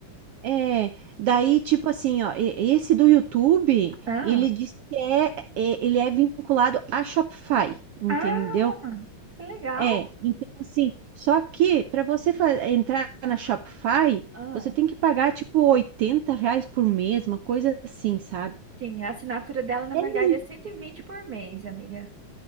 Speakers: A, on the right; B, on the right.
A: É, daí, tipo assim, ó, e- esse do YouTube,
B: Ah,
A: ele diz que é, é- ele é vinculado a Shopify, entendeu?
B: ah, que legal.
A: É, então assim, só que para você fa- entrar na Shopify,
B: Ah.
A: você tem que pagar tipo 80 reais por mês, uma coisa assim, sabe?
B: Sim, a assinatura dela, na
A: É
B: verdade,
A: muito.
B: é 120 por mês, amiga.